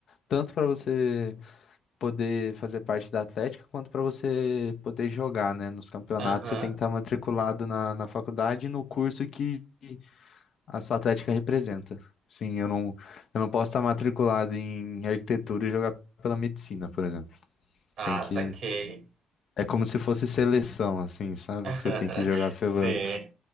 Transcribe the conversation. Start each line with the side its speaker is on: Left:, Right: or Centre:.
Left: tanto para você. poder fazer parte da Atlética, quanto para você poder jogar, né, nos campeonatos.
Right: Aham.
Left: Você tem que estar matriculado na, na faculdade e no curso que a sua Atlética representa. Sim, eu não, eu não posso estar matriculado em arquitetura e jogar pela medicina, por exemplo.
Right: Ah,
Left: Tem que.
Right: saquei.
Left: É como se fosse seleção, assim, sabe?
Right: <laughs>
Left: Você tem que jogar pela,
Right: Sim.